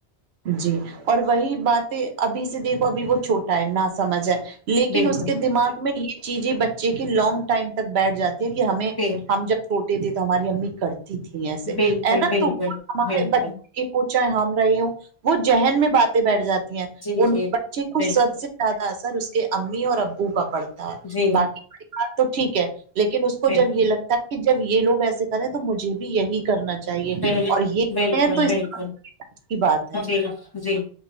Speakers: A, on the right (about 75°); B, on the left (about 20°).
A: جی اور وہی باتیں ابھی سے دیکھو ابھی وہ چھوٹا ہے نہ سمجھ ہے لیکن
B: بالکل
A: اس کے دماغ میں یہ چیزیں بچے کی لانگ ٹائم تک بیٹھ جاتی ہے کہ ہمیں
B: بل
A: ہم جب چھوٹے تھے تو ہماری امی کرتی تھی ایسے
B: بالکل
A: ہے نا
B: بالکل
A: تم ہمارے
B: بالکل
A: بچے سوچا ہے ہم رہے وہ ذہن میں باتیں بیٹھ جاتی ہیں
B: جی
A: ان
B: جی
A: بچے کو
B: بالکل
A: سب سے زیادہ اثر اس کے امی اور ابو کا پڑتا ہے
B: جی
A: باقی پریوار تو ٹھیک ہے لیکن اس کو
B: بالکل
A: جب یہ لگتا ہے کہ جب یہ لوگ ایسے کریں تو مجھے بھی یہی کرنا چاہیے
B: بل-
A: اور یہ
B: بالکل
A: تو اس
B: بالکل
A: اچھی بات ہے
B: جی جی